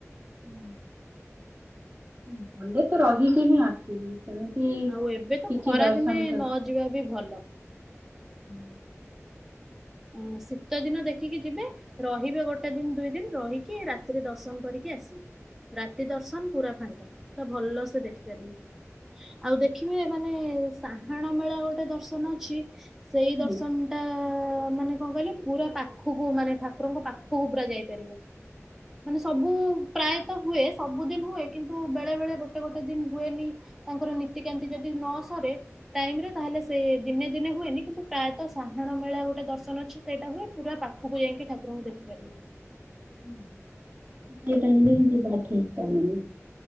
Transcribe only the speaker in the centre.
ଆଉ ଏବେ ତ
ଖରା
ଦିନେ
ନ ଯିବା ବି ଭଲ।
ହଁ ଶୀତ ଦିନ ଦେଖିକି ଯିବେ ରହିବେ ଗୋଟେ ଦିନ ଦୁଇ ଦିନ ରହିକି, ରାତିରେ ଦର୍ଶନ କରିକି ଆସିବେ। ରାତି ଦର୍ଶନ ପୁରା ଫାଙ୍କା, ପୁରା ଭଲ ସେ ଦେଖିପାରିବେ। ଆଉ ଦେଖିବେ ମାନେ ସାହାଣ ମେଳା ଗୋଟେ ଦର୍ଶନ ଅଛି। ସେଇ
ଦର୍ଶନ ଟା ମା ନେ କଣ କହିଲେ? ପୁରା ପାଖକୁ ମାନେ ଠାକୁରଙ୍କ ପାଖକୁ ପୁରା ଯାଇପାରିବ। ମାନେ ସବୁ ପ୍ରାୟତ ହୁଏ, ସବୁଦିନ ହୁଏ, କିନ୍ତୁ ବେଳେ ବେଳେ ଗୋଟ ଟେ ଗୋଟେ ଦିନ ହୁଏନି, ତାଙ୍କର ନୀତିକାନ୍ତି ଯଦି ନ ସରେ ଟାଇମ୍ ରେ ତାହେଲେ ସେ ଦିନେ ଦିନେ ହୁଏନି କିନ୍ତୁ ପ୍ରାୟତ ସାହାଣ ମେଳା ଗୋଟେ ଦର୍ଶ ଶନ ଅଛି ସେଇଟା ହୁଏ, ପୁରା ପାଖକୁ ଯାଇକି ଠାକୁରଙ୍କୁ ଦେଖିପାରିବ।